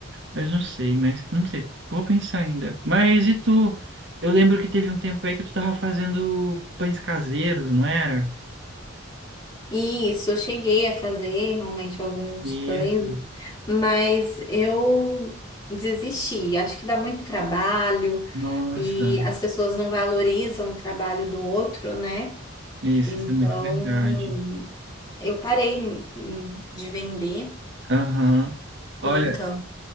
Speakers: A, on the right; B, on the left.
A: Mas não sei, mas não sei. Vou pensar ainda. Mas e tu? Eu lembro que teve um tempo aí que tu tava fazendo pães caseiros, não era?
B: Isso, eu cheguei a fazer realmente alguns
A: Isso.
B: pães, mas eu desisti. Acho que dá muito trabalho
A: Nossa,
B: e as pessoas não valorizam o trabalho do outro, né?
A: isso,
B: Então,
A: isso é muito verdade.
B: eu parei hum, de vender.
A: Aham. Olha.
B: Então,